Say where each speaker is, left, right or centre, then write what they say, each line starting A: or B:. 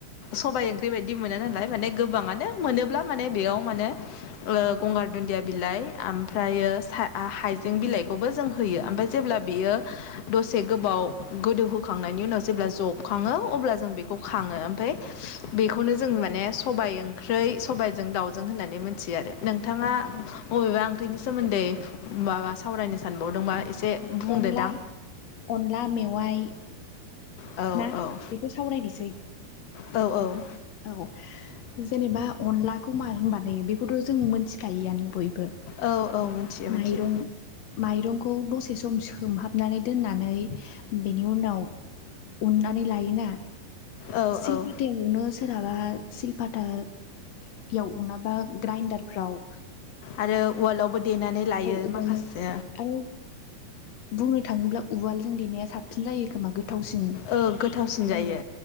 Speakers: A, on the left (about 60°); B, on the left (about 80°).
A: सबाइ ओंख्रि बायदि मोनो नालाय माने गोबाङानो मोनोब्ला माने बेयाव मानो गंगार दुन्दिया बिलाइ आमफ्रायो सा ओ हाइजें बिलाइखौबो जों होयो ओमफ्राय जेब्ला बियो दसे गोबाव गोदौहोखांनाय नि उनाव जेब्ला जबखाङो अब्ला जों बेखौ खाङो ओमफ्राय बेखौनो जों माने सबाइ ओं ख्रै सबाइजों दाउजों होननानै मोनथियो आरो। नोंथाङा
B: औ
A: बबेबा ओंख्रिनि सोमोन्दै माबा सावरायनो सानबावदोंबा एसे बुंदो
B: अनला
A: दां
B: अनला मेवाइ
A: औ औ
B: ना बेखौ सावरायनोसै
A: औ औ।
B: औ जेनेबा अनलाखौ माजों बानायो बेखौथ' जों मोनथिखायोआनो बय बो
A: औ औ मिथियो मिथियो
B: माइरं माइरंखौ दसे सम सो सोमहाबनानै दोननानै बेनि उनाव उननानै लायोना
A: औ
B: सिलपाथायाव
A: औ
B: उनो माबा सिलपतायाव उनाबा ग्राइन्दारफ्राव
A: आरो उवालावबो देनानै लायो
B: उवालाव
A: माखासे
B: आरो बुंनो थाङोब्ला उवालजों देनाया साबसिन जायो खोमा गोथ थावसिन
A: ओ गोथावसिन जायो
B: औ